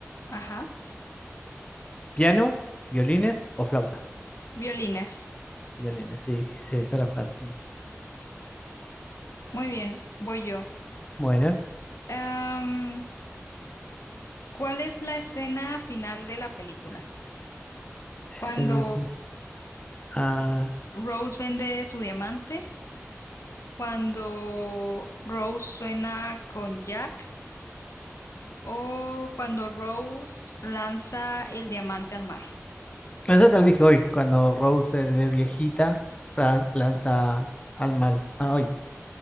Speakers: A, on the left; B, on the left.
A: ajá.
B: ¿Piano, violines o flauta?
A: Violines.
B: Violines, sí, sí, esa era fácil.
A: Muy bien, voy yo.
B: Bueno,
A: Em, ¿cuál es la escena final de la película? Cuando
B: escena- ah,
A: Rose vende su diamante. cuando Rose suena con Jack o cuando Rose lanza el diamante al mar.
B: eso te lo dije hoy, cuando Rose de de viejita tra- lanza al mal. Ah, hoy,